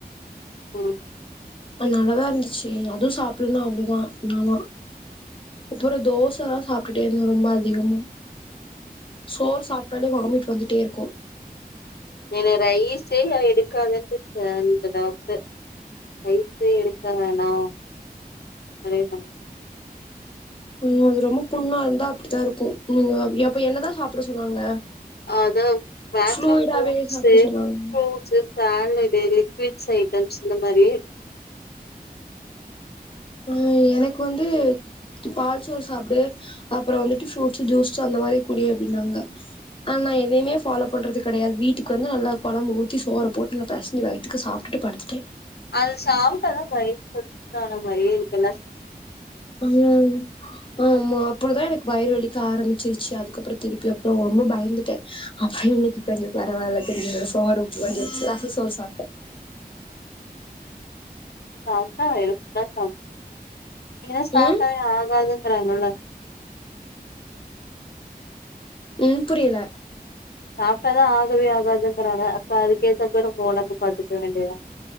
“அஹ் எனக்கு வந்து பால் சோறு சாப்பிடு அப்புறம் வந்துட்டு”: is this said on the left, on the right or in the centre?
Left